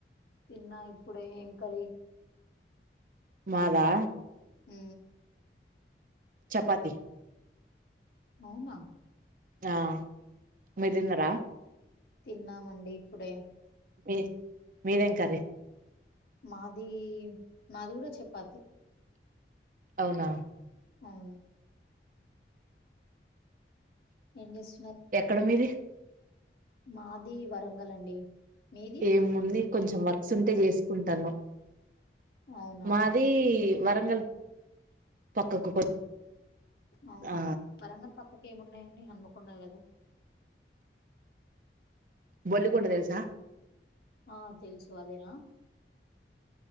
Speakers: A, on the left; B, on the right.
A: తిన్నా ఇప్పుడే ఏం కర్రి
B: మాదా
A: ఉ
B: చపాతి
A: అవునా
B: ఆ మీరు తిన్నరా
A: తిన్నామండి ఇప్పుడే
B: మీ మీరేం కర్రి
A: మాది మాది కూడా చపాతి
B: అవునా
A: అవును ఏం చేస్
B: ఎక్కడ మీది
A: మాది వరంగల్ అండి మీది
B: ఏముంది కొంచెం వర్క్స్ ఉంటే చేసుకుంటన్నాం
A: అవునా
B: మాది వరంగల్ పక్కకు కొ
A: అవునా
B: ఆ
A: వరంగల్ పక్కకి ఏమున్నాయండి హన్మకుండా కదా
B: బొల్లికొండ తెలుసా
A: ఆ తెలుసు అదేనా